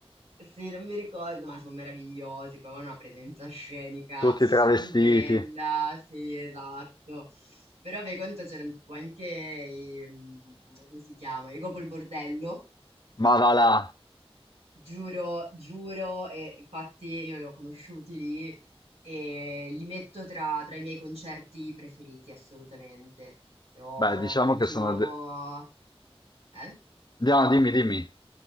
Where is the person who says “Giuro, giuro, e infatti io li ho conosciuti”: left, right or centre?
Right